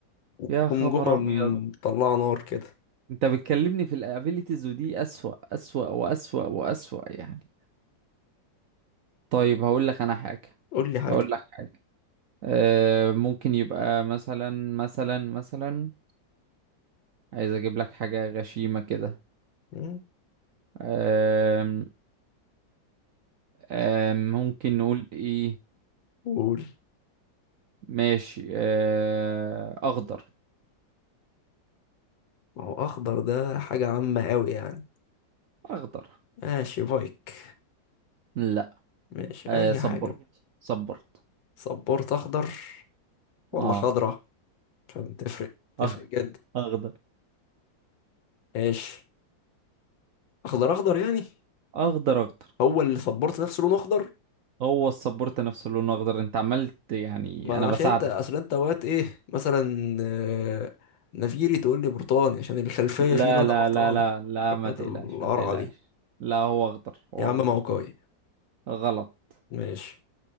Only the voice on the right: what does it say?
يا خبر ابيض
انت بتكلمني في الابيليتيز ودي اسوأ اسوأ واسوأ واسوأ يعني طيب هقول لك انا حاجة
هقول لك حاجة آه، ممكن يبقى مثلا مثلا مثلا عايز اجيب لك حاجة غشيمة كده
آم، آم، ممكن نقول ايه
ماشي آه، اخضر
اخضر
لا
آه،
صبرت
صبرت
اه
أخ...
اخضر
اخضر اخضر
هو السبورت نفسه لونه اخضر انت عملت يعني
انا
بساعدك
لا
لا
لا لا لا
ما تقلقش
ما تقلقش
لا هو اخضر هو
اخضر
غلط